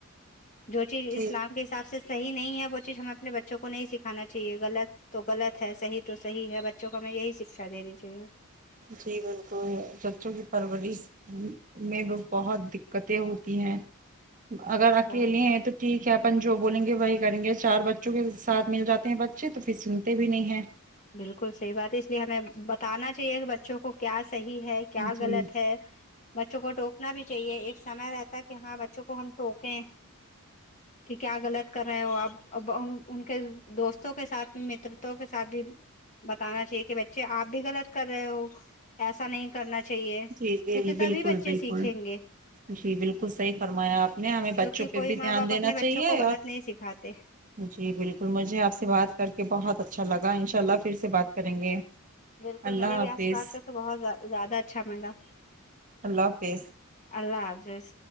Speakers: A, on the left; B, on the right.
A: جو چیز
B: ٹھیک
A: اسلام کے حساب صحیح نہیں ہے وہ چیز ہمیں اپنے بچوں کو نہیں سکھانا چاہیےغلط تو غلط ہے صحیح تو صحیح ہے بچوں کو ہمیں یہی شکشا دینی چاہیے
B: جی بالکل بچوں کی پرورش میں بھی بہت دکتیں ہوتی ہیں اگر اکیلے
A: بہت
B: ہیں تو ٹھیک ہے اپن جو بولیں گے وہی کریں گے چار بچوں کے ساتھ مل جاتے ہیں ب اچھے تو پھر سنتے بھی نہیں ہیں
A: بالکل صحیح بات ہے اس لیے ہمیں بتانا چاہیے کہ بچوں کو کیا صحیح ہے کیا
B: جی
A: غلط ہے بچوں کو ٹوکنا بھی چاہیے ایک سمے رہتا کہ ہاں بچوں کو ہم ٹوکیں کہ کیا غلط کر رہے ہو آپ اب ان کے دوستوں کے ساتھ مترتاوں کے ساتھ بھی بتانا چاہیے کہ بچے آپ بھی غلط کر رہے ہو ایسا نہیں کرنا چاہیے
B: جی جی
A: کیونکہ
B: بالکل
A: تبھی بچے
B: بالکل
A: سیکھیں گے
B: جی بالکل صحیح فرمایا آپ نے ہمیں بچوں
A: کیونکہ
B: پہ
A: کوئی
B: بھی دھیان
A: ماں باپ
B: دینا
A: اپنے بچوں
B: چاہیے
A: کو غلط
B: اور
A: نہیں سکھاتے
B: جی بالکل مجھے آپ سے بات کر کے بہت اچھا لگا ان شاء اللہ پھر سے بات کریں گے
A: بالکل
B: اللہ
A: مجھے بھی
B: حافظ
A: آپ سے بات کر کے بہت زیا زیادہ اچھا ملا
B: اللہ حافظ
A: اللہ حافظ